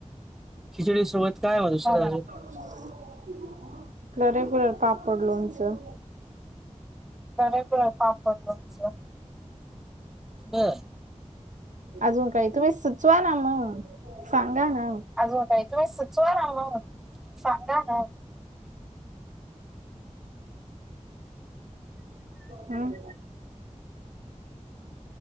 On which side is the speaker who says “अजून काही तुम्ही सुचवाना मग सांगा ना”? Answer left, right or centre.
Centre